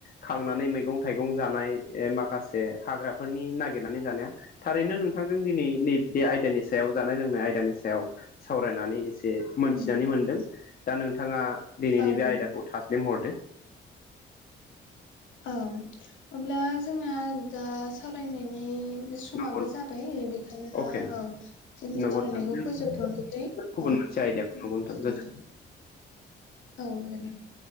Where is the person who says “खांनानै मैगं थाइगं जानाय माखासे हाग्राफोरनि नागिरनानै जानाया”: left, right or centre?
Left